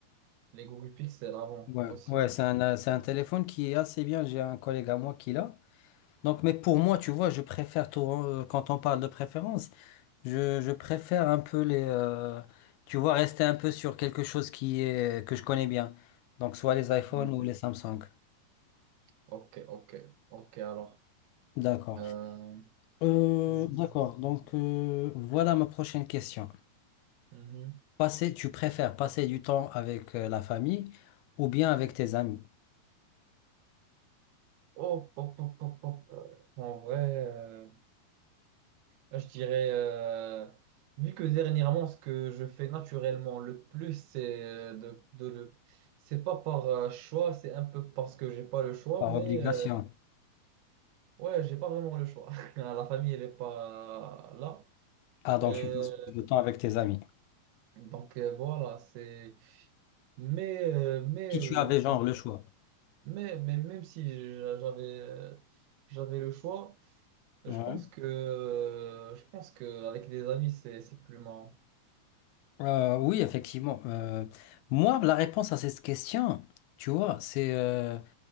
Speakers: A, on the right; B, on the left.
A: Les Google Pixel avant
B: Ouais,
A: aussi.
B: ouais, c'est un, euh, c'est un téléphone qui est assez bien. J'ai un collègue à moi qui l'a. Donc, mais pour moi, tu vois, je préfère tout, euh, quand on parle de préférence, je, je préfère un peu les, euh, tu vois, rester un peu sur quelque chose qui est, que je connais bien. Donc, soit les iPhones
A: Mhm.
B: ou les Samsung.
A: Ok, ok, ok, alors.
B: D'accord.
A: Euh,
B: Euh,
A: zzz,
B: d'accord.
A: zzz, zzz.
B: Donc, euh, voilà ma prochaine question.
A: Mhm.
B: Passer, tu préfères passer du temps avec euh, la famille ou bien avec tes amis?
A: Oh, pop, pop, pop, pop. En vrai, euh, moi, je dirais, euh, vu que dernièrement, ce que je fais naturellement le plus, c'est euh, de, de le. C'est pas par euh, choix, c'est un peu parce que j'ai pas le choix,
B: Par
A: mais
B: obligation.
A: euh, ouais, j'ai pas vraiment le choix. <laughs> La famille, elle est pas euh, là.
B: Ah, donc
A: Euh,
B: tu passes plus de temps avec tes amis.
A: donc euh, voilà, c'est. Mais, euh, mais,
B: Si
A: euh,
B: tu avais genre le choix.
A: Mais, mais même si j'a- j'avais euh, j'avais le choix, je
B: Ouais.
A: pense que euh, je pense que avec des amis c'est c'est plus marrant.
B: Euh, oui, effectivement. Euh, moi, la réponse à cette question, tu vois, c'est, euh,